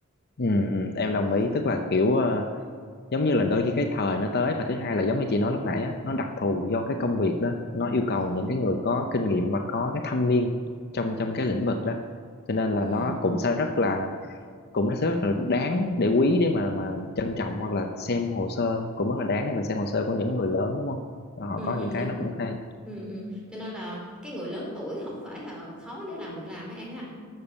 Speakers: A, on the left; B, in the centre.
A: ừ, ừ, em đồng
B: đúng không?
A: ý tức là kiểu ờ, giống như là đôi khi cái thời nó tới và thứ hai là giống như chị nói lúc nãy á nó đặc thù do cái công việc đó nó yêu cầu
B: đúng
A: những cái người có kinh nghiệm và có cái thâm niên trong trong cái lĩnh vực đó cho nên là
B: ừ
A: nó cũng sẽ rất là cũng rất là đáng để quý để mà mà trân trọng hoặc là xem hồ sơ cũng rất là đáng để mình xem hồ sơ của những người lớn đúng không họ
B: ừ,
A: có
B: ừ
A: những cái
B: đúng
A: nó cũng hay
B: ừ, ừ. cho nên là cái người lớn tuổi không phải là khó để làm việc làm ấy em ha